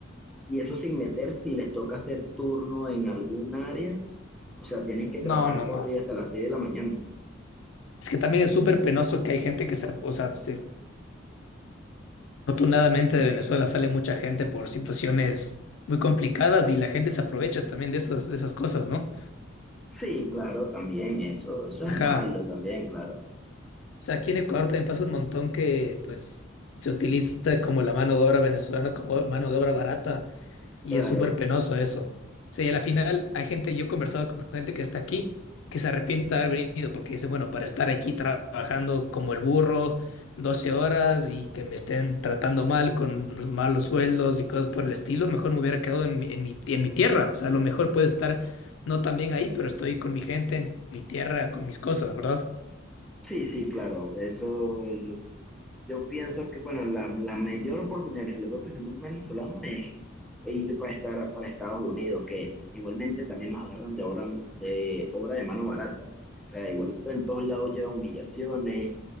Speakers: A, in the centre; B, on the left.
A: y eso sin meter si les toca hacer turno en algún área. O sea, tienen que
B: No,
A: trabajar
B: no,
A: corrido
B: no.
A: hasta las 6 de la mañana.
B: Es que también es súper penoso que hay gente que se, o sea, se- desafortunadamente de Venezuela sale mucha gente por situaciones muy complicadas y la gente se aprovecha también de esas, de esas cosas, ¿no?
A: Sí, claro, también eso, eso es
B: Ajá.
A: malo también, claro.
B: O sea, aquí en Ecuador también pasa un montón que pues se utiliza como la mano de obra venezolana como mano de obra barata y
A: Claro.
B: es súper penoso eso. O sea, y a la final hay gente, yo he conversado con gente que está aquí que se arrepiente de haber venido porque dicen, bueno, para estar aquí trabajando como el burro 12 horas y que me estén tratando mal con malos sueldos y cosas por el estilo, mejor me hubiera quedado en mi, en mi, en mi tierra. O sea, a lo mejor puedo estar no tan bien ahí, pero estoy con mi gente, en mi tierra, con mis cosas, ¿verdad?
A: Sí, sí, claro. Eso, Yo pienso que, bueno, la, la mayor oportunidad que se le puede presentar a un venezolano es ir para, estar, para Estados Unidos, que igualmente también los agarran de obra de, obra de mano barata. O sea, igualito en todos lados lleva humillaciones.